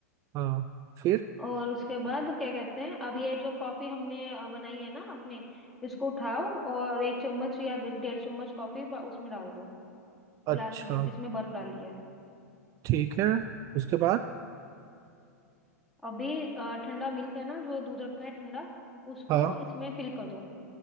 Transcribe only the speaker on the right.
हाँ फिर
अच्छा
ठीक है उसके बाद
हाँ